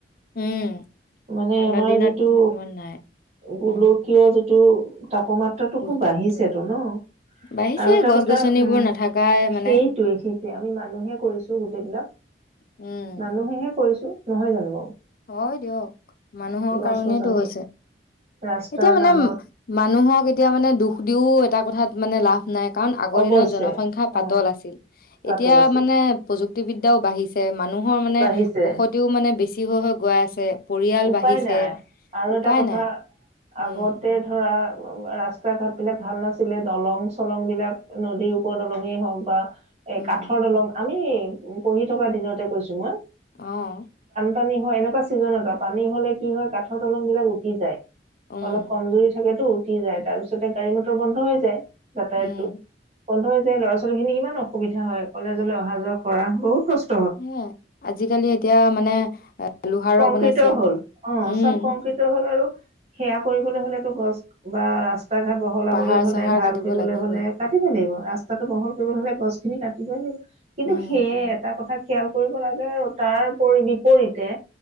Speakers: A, on the left; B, on the right.
A: উম
B: মানে
A: ঠাণ্ডা
B: আমাৰ
A: দিনত
B: যিটো
A: ইমান নাই
B: গোলকীয়
A: উম
B: যিটো ত তাপমাত্ৰাতটো খুব
A: উত্তাপটো
B: বাঢ়িছেতো ন
A: বাঢ়িছে
B: আৰু এটা
A: গছ
B: কথা
A: গছনিবোৰ
B: উম
A: নাথাকাই মানে
B: সেইটোৱে সেইটোৱে আমি ম কৰিছো গোটেইবিলাক
A: উম
B: মানুহেে কৰিছো নহয় জানো বাৰু
A: হয় দিয়ক মানুহৰ
B: গছ
A: কাৰণটো
B: গছনি
A: হৈছে
B: ৰাস্তাৰ
A: এতিয়া মানে
B: নামত
A: মানুহক এতিয়া মানে দুখ ও এটা কথাত মানে লাভ নাই কাৰণ আগৰ
B: অৱশ্যে
A: দিনৰত জনসংখ্য্া পাতল
B: অ
A: আছিল
B: পাতল
A: এতিয়া
B: আছি
A: মানে প্ৰু মুুক্তিদ্যও বাঢ়িছে মানুহৰ মানে
B: বাঢ়িছে
A: বসতিও মানে বেছি িহ হৈ গৈ আছে পৰিয়াল
B: উপায়
A: বাঢ়িছে
B: নাই আৰু
A: উপায়
B: এটা কথা
A: নাই উম
B: আগতে ধৰা ৰাস্তা ঘাট বিলাক ভাল নাছিলে দলং চলং বিলাক নদীৰ ওপৰ দলঙেই হওক বা এ
A: উম,
B: কাঠৰ দলং আমি উ পঢ়ি থকা দিনতে কৈছো মই
A: আহ
B: পানী হয় এনেুৱা ছিজন এটা পানী হলে কি হয় কাঠৰ তলং বিলাক উটি যায়
A: উম,
B: অলপ কমজৰি থাকেতটো উঠি যায় তাৰ পিছতে গাড়ী মটৰ বন্ধ হৈ যায় যাতায়াতটো
A: উম,
B: বন্ধ হৈ যায় যে ল'ৰা ছোৱালী খিনি কিমান অসুবিধা হয় কলেজলৈ অহা যোৱা কৰা বহুত প্ৰ্
A: হে আজিকালি এতিয়া মানে লোহাৰো বনাইছে,
B: কংক্ৰট হ'ল অ
A: উম,
B: চব কংক্ৰিত হ'ল আৰু সেয়া কৰিবলৈ হলেতো গছ বা ৰাস ৰাস্তা ঘাট বহলাবলৈ
A: পাহাৰ
B: হলে
A: চাহাৰ
B: ভাল
A: কাটিব
B: কৰিবলৈ
A: লাগিবই,
B: হলে কাটিবই লাগিব ৰাস্তাটো বহল কৰিবলৈ হলে গছখিনি কাটিবই লাগিব কিন্তু
A: উম,
B: সেয়ে এটা কথা খয়াল কৰিব লাগে আৰু তাৰ বিপৰীতে